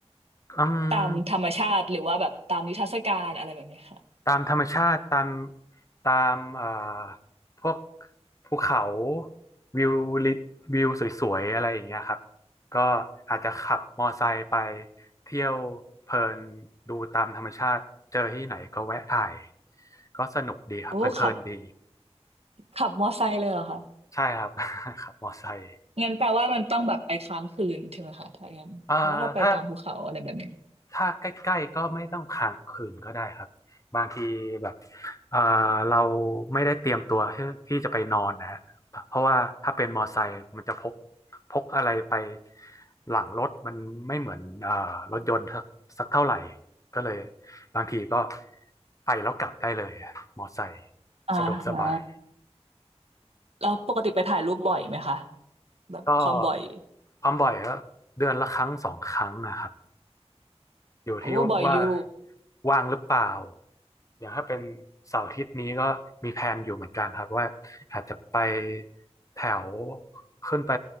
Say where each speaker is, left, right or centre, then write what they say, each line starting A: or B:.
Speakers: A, on the left; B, on the right.
A: อืม
B: ตามธรรมชาติหรือว่าแบบตามนิทรรศการอะไรแบบนี้ค่ะ
A: ตามธรรมชาติตามตามเอ่อพวกภูเขาวิวลิวิวสวยๆอะไรอย่างเงี้ยครับก็อาจจะขับมอไซค์ไปเที่ยวเพลินดูตามธรรมชาติเจอที่ไหนก็แวะถ่ายก็สนุกดีครับเพลินๆดี
B: โอ้ขับขับมอไซค์เลยเหรอคะ
A: ใช่ครับ <laughs> ขับมอไซค์
B: งั้นแปลว่ามันต้องแบบไปค้างคืนใช่ไหมคะถ้าอย่างนั้นเพราะว่าถ้าไปตามภูเขาอะไรแบบนี้
A: เอ่อถ้า ถ้าใกล้ๆก็ไม่ต้องค้างคืนก็ได้ครับบางทีแบบเอ่อเราไม่ได้เตรียมตัวที่ที่จะไปนอนนะฮะเพราะว่าถ้าเป็นมอไซค์มันจะพกพกอะไรไปหลังรถมันไม่เหมือนเอ่อรถยนต์สักสักเท่าไหร่ก็เลยบางทีก็ไปแล้วกลับได้เลยอะมอไซค์
B: อ่าฮะ
A: สะดวกสบาย
B: แล้วปกติไปถ่ายรูปบ่อยไหมคะแบบความบ่อย
A: ก็ความบ่อยก็เดือนละครั้งสองครั้งนะครับ อยู่ที่ว่า
B: โอ้บ่อยอยู่
A: ว่างหรือเปล่าอย่างถ้าเป็นเสาร์อาทิตย์นี้ก็มีแพลนอยู่เหมือนกันครับว่าอาจจะไปแถวขึ้นไป